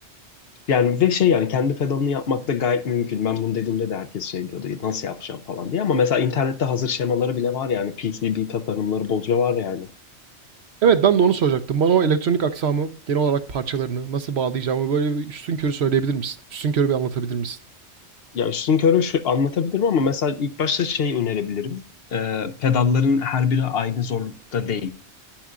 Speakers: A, on the left (about 65°); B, on the right (about 70°).
A: Yani ve şey yani kendi pedalını yapmak da gayet mümkün. Ben bunu dediğimde de herkes şey diyordu. Nasıl yapacağım falan diye. Ama mesela internette hazır şemaları bile var yani. PCB tasarımları bolca var yani.
B: Evet ben de onu soracaktım. Bana o elektronik aksamı, genel olarak parçalarını nasıl bağlayacağımı böyle bir üstünkörü söyleyebilir misin? Üstünkörü bir anlatabilir misin?
A: Ya üstün körü şu anlatabilirim ama mesela ilk başta şey önerebilirim. Ee, pedalların her biri aynı zorlukta değil.